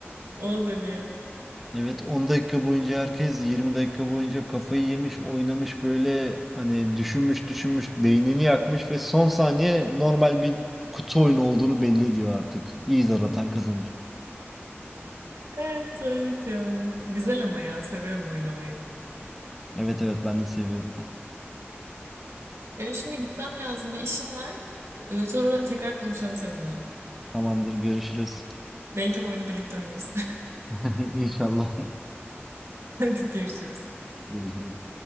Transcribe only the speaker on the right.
ona dönüyor.
Evet, evet ya. Güzel ama ya. Seviyorum oynamayı.
Benim şimdi gitmem lazım. Bir işim var. Ee, Sonra tekrar konuşalım seninle.
Belki oyunu birlikte oynarız.
<laughs> Hadi görüşürüz.